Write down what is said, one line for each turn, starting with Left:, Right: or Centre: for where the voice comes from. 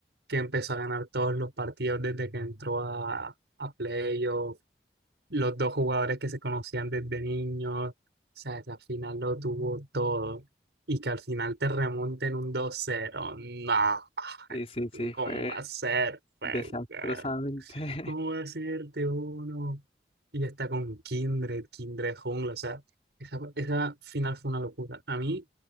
Right: que empezó a ganar todos los partidos desde que entró a, a playoff los dos jugadores que se conocían desde niños, o sea, esa final lo tuvo todo y que al final te remonten un dos cero, No, <laughs>
Left: Y sí, sí,
Right: ¿cómo
Left: fue
Right: va a ser? Wenger?
Left: desastrosamente. <laughs>
Right: ¿Cómo va a serte uno? Y está con Kindred, Kindred Jungle, o sea, esa, esa final fue una locura. A mí